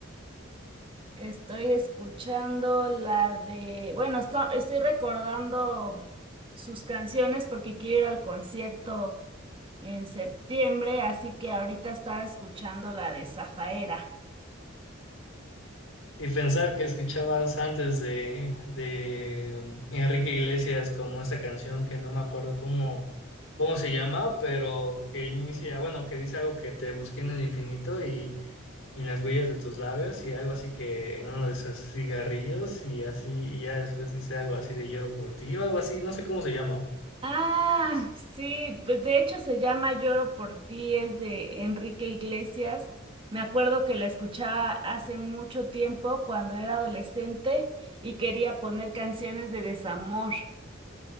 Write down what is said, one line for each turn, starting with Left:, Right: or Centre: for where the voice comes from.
Right: Estoy escuchando la de, bueno, está- estoy recordando sus canciones porque quiero ir al concierto en septiembre, así que ahorita estaba escuchando la de Zafaera.
Left: Y pensar que escuchabas antes de, de mm, Enrique Iglesias como esta canción que no me acuerdo cómo, cómo se llama, pero que inicia, bueno, que dice algo que te busqué en el infinito y, y en las huellas de tus labios y algo así que en uno de esos cigarrillos y así, y ya después dice algo así de lloro por ti o algo así, no sé cómo se llama.
Right: Ah, sí, pues de hecho se llama Lloro por ti, es de Enrique Iglesias. Me acuerdo que la escuchaba hace mucho tiempo cuando era adolescente y quería poner canciones de desamor.